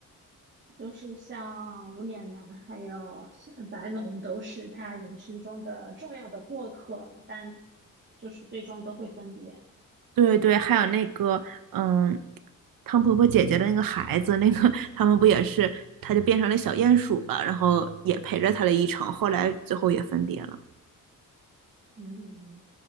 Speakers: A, on the right; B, on the right.
A: 就是像无脸男还有像白龙都是他人生中的重要的过客，但就是最终都会分别。
B: 对对，还有那个，嗯，汤婆婆姐姐的那个孩子，那个他们不也是，他就变成了小鼹鼠吧，然后也陪着他了一程，后来最后也分别了。
A: 嗯，